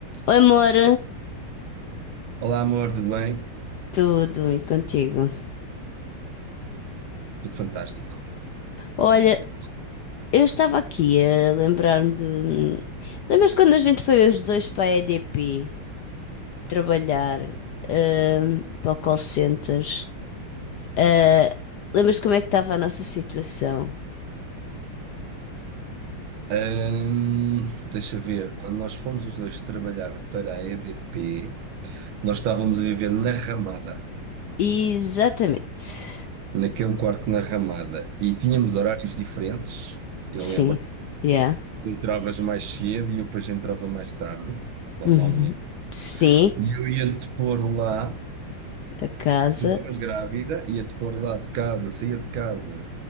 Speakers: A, on the left (about 70°); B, on the right (about 70°).
A: Oi, amor,
B: Olá, amor, tudo bem?
A: tudo e contigo?
B: Tudo fantástico.
A: Olha,
B: Tudo bem.
A: eu estava aqui a lembrar-me de. Lembras-te quando a gente foi os dois para a E D P trabalhar, ahm, para o call center? Ah, lembras-te como é que estava a nossa situação?
B: Ahm, deixa ver, quando nós fomos os dois trabalhar para a EDP, nós estávamos a viver na Ramada,
A: Exatamente.
B: naquele quarto na Ramada, e tínhamos horários diferentes, eu
A: Sim,
B: lembro.
A: yeah.
B: Tu entravas mais cedo e eu depois entrava mais tarde, normalmente.
A: Uhum. Sim,
B: E eu ia-te pôr lá,
A: a casa.
B: tu estavas grávida, ia-te pôr lá de casa, saía de casa,